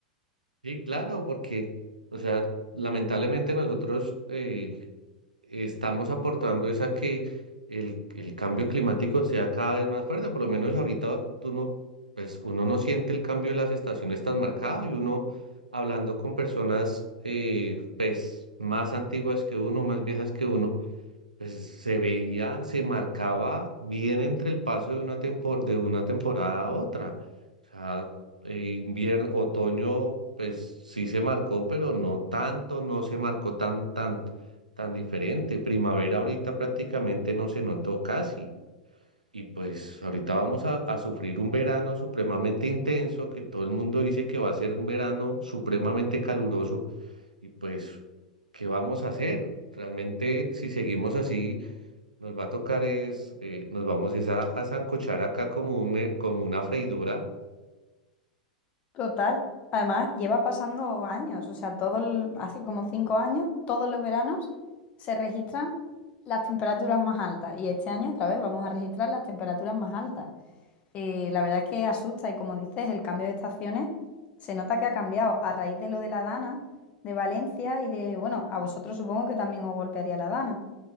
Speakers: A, on the right; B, on the left.
A: Sí, claro, porque, o sea, lamentablemente nosotros eh, estamos aportando es a que el, el cambio climático sea cada vez más fuerte. Por lo menos ahorita tú no, pues uno no siente el cambio de las estaciones tan marcado y uno hablando con personas eh, pues más antiguas que uno, más viejas que uno pues se veía, se marcaba bien entre el paso de una, tempo- de una temporada a otra. O sea, eh, invierno, otoño, pues sí se marcó, pero no tanto, no se marcó tan, tan, tan diferente. Primavera ahorita prácticamente no se notó casi. Y pues ahorita vamos a, a sufrir un verano supremamente intenso, que todo el mundo dice que va a ser un verano supremamente caluroso. Y pues, ¿qué vamos a hacer? Realmente, si seguimos así, nos va a tocar es, eh, nos vamos es a, a sancochar acá como, un, eh, como una freidora.
B: Total. Además, lleva pasando años, o sea, todo el- hace como cinco años, todos los veranos se registran las temperaturas más altas y este año otra vez vamos a registrar las temperaturas más altas. Eh, la verdad es que asusta y como dices, el cambio de estaciones se nota que ha cambiado a raíz de lo de la Dana, de Valencia y de, bueno, a vosotros supongo que también os golpearía la Dana.